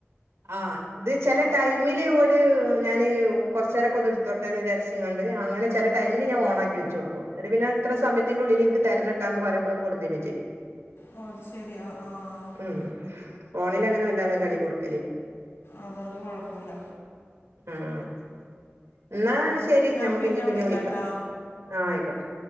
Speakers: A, on the right (about 85°); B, on the left (about 75°).
A: ആഹ് ഇത് ചെല ടൈമില് ഓല് ഞാാന് കൊറച്ചേരൊക്കെ ന്ന് ഇട്ത്തോട്ടേന്ന് വിചാരിച്ച്കാണ്ട് അങ്ങനെ ചെല ടമിൽ ഞാ ഓണാക്കി വെച്ച് കൊടുക്കൂ എന്ന ടൈമിന് ഞാൻ ഓണാക്കി വെചൊടുക്കും പിന്നെത്ര സമയത്തിന്റെള്ളിൽ ഇൻക് ക്ക് തരണ ട്ടൊന്ന് പറുമ്പോ കൊടുന്നേരും ചെയും.
B: ഓ അത് ശരി ആ ആ
A: ഉം ഫോണിലങ്ങനെ വല്ലാതെ കളി കൊടുക
B: അതോണ്ട് കൊഴപ്പുല്ല
A: ഉം ഇന്നാ ശെരി
B: ഞാൻ
A: ഞമുക്ക് ഇനി പിന്നെ
B: വിളിക്കാട്ടോ
A: വിളിക്കാം ആഹ് ആയിക്കോട്ടെ.